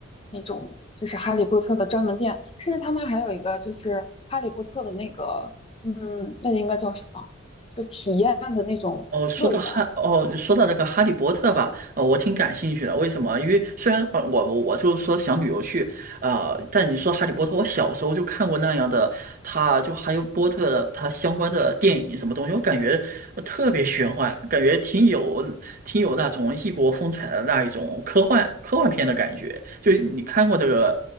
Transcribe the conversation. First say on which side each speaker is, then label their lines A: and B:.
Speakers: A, on the left; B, on the right.
A: 那种就是哈利波特的专门店，甚至他们还有一个就是哈利波特的那个，嗯，那应该叫什么？就体验的那种乐园，
B: 哦，说到哈，哦，说到那个《哈利波特》吧，呃，我挺感兴趣的。为什么？因为虽然呃，我我就是说想旅游去，啊、但你说《哈利波特》，我小时候就看过那样的，他就《哈利波特》的他相关的电影什么东西，我感觉呃特别玄幻，感觉挺有挺有那种异国风采的那一种科幻科幻片的感觉。就你看过这个